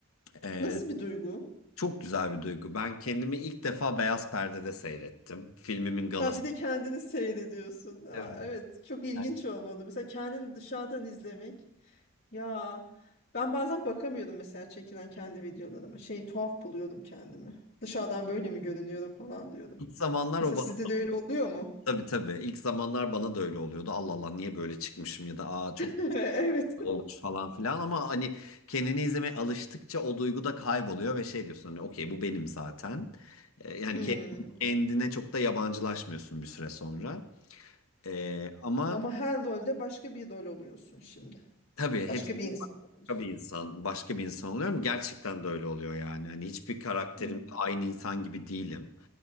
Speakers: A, on the left; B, on the left.
A: E,
B: Nasıl bir duygu?
A: Çok güzel bir duygu. Ben kendimi ilk defa beyaz perdede seyrettim. Filmimin galası.
B: Ha bir de kendini seyrediyorsun. Ha,
A: Evet.
B: evet. Çok ilginç
A: Yani
B: olmalı. Mesela kendini dışarıdan izlemek. Ya ben bazen bakamıyordum mesela çekilen kendi videolarıma. Şey tuhaf buluyordum kendimi. Dışarıdan böyle mi görünüyorum falan diyordum.
A: İlk zamanlar
B: Mesela
A: o bana
B: sizde de öyle oluyor mu?
A: tabii tabii. İlk zamanlar bana da öyle oluyordu. Allah Allah niye böyle çıkmışım ya da aa çok
B: <laughs> Evet.
A: olmuş falan filan ama hani kendini izlemeye alıştıkça o duygu da kayboluyor ve şey diyorsun hani okey bu benim zaten. Ee, yani
B: Hmm.
A: ke- kendine çok da yabancılaşmıyorsun bir süre sonra. Ee, ama
B: Ama her rolde başka bir rol oluyorsun şimdi.
A: tabii hepsi
B: Başka bir insan oluyorsun.
A: bir insan, başka bir insan oluyorum. Gerçekten de öyle oluyor yani. Hani hiçbir karakterim
B: Hı.
A: aynı insan gibi değilim.